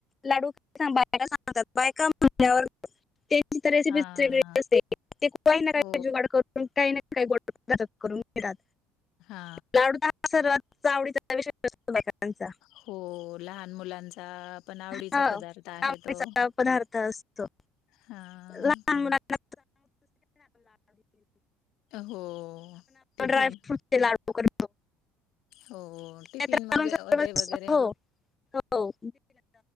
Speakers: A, on the left; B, on the left.
A: लाडू बायका सांगतात बायका म्हणल्यावर त्यांची तर रेसिपी
B: हां.
A: वेग असते ते काही नाहीजवाड
B: हो.
A: करून काही नाही काही गोष्टटक करून घेतात
B: हा
A: लाडू तर हा सर्वात आवडीचा विषय असतो बायकांचा.
B: हो लहान मुलांचा पण आवडीचा
A: हाडीचा
B: पदार्थ आहे तो.
A: पदार्थ असतो
B: हां.
A: लहान ण
B: हो. टिफिन
A: ्राय फ्रूट ला त कर
B: हो टिफिन
A: हो
B: मग वे वगैरे
A: हो